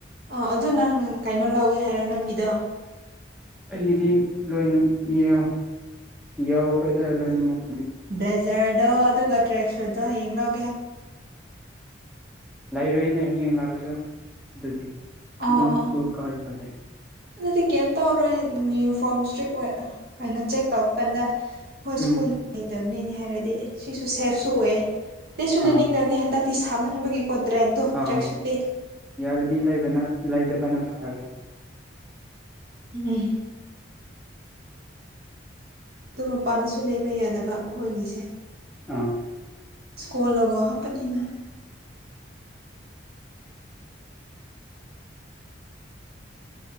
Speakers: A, on the right (about 55°); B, in the centre.
A: ꯑꯣ ꯑꯗꯨ ꯅꯪ ꯀꯩꯅꯣ ꯂꯧꯒꯦ ꯍꯥꯏꯔꯣ ꯅꯪꯒꯤꯗꯣ
B: ꯑꯩꯒꯤꯗꯤ ꯂꯣꯏꯅꯝ ꯌꯥ ꯌꯥꯎꯈ꯭ꯔꯦꯗ ꯂꯣꯏꯅꯃꯛ
A: ꯕ꯭ꯂꯦꯖꯔꯗꯣ ꯑꯗꯨꯒ ꯇ꯭ꯔꯦꯛ ꯁꯣꯗꯣ ꯍꯌꯦꯡ ꯂꯧ
B: ꯂꯩꯔꯣꯏꯅꯦ ꯍꯌꯦꯡ ꯂꯥꯔꯁꯨ ꯗꯨꯗꯤ
A: ꯑꯣ
B: ꯗꯨꯝ
A: ꯑꯣ
B: ꯁ꯭ꯀꯨꯜ ꯀꯥꯔꯒ ꯂꯩ
A: ꯑꯗꯨꯗꯤ ꯀꯦꯝ ꯇꯧꯔꯣꯏ ꯌꯨꯅꯤꯐꯣꯝ ꯁꯇ꯭ꯔꯤꯛ ꯑꯣꯏ ꯑ ꯀꯩꯅꯣ ꯆꯦꯛ ꯇꯧꯕ ꯀꯥꯟꯗ ꯍꯣꯏ
B: ꯎꯝ
A: ꯁ꯭ꯀꯨꯜ ꯂꯩꯇꯕꯅꯤꯅꯦ ꯍꯥꯏꯔꯗꯤ ꯁꯤꯁꯨ ꯁꯦꯐꯁꯨ ꯑꯣꯏ ꯑꯇꯩꯁꯨ ꯂꯤꯠꯁꯨ ꯂꯤꯠꯅꯤꯡꯗꯝꯅꯤ
B: ꯑꯥ
A: ꯍꯟꯗꯛ ꯇꯤ ꯁꯥꯃꯟꯕꯒꯤꯀꯣ ꯇ꯭ꯔꯦꯛꯗꯣ
B: ꯑꯥ
A: ꯇ꯭ꯔꯦꯛꯁꯨꯠꯗꯤ
B: ꯌꯥꯔꯗꯤ ꯂꯩꯕꯅ ꯂꯩꯗꯕꯅ ꯐꯔꯦ
A: ꯎꯝ ꯑꯗꯨ ꯃꯄꯥꯟꯗꯁꯨ ꯂꯩꯕ ꯌꯥꯗꯕ ꯃꯈꯣꯏꯒꯤꯁꯦ
B: ꯑꯥ
A: ꯁ꯭ꯀꯣꯜꯂꯣꯒꯣ ꯍꯥꯞꯄꯅꯤꯅ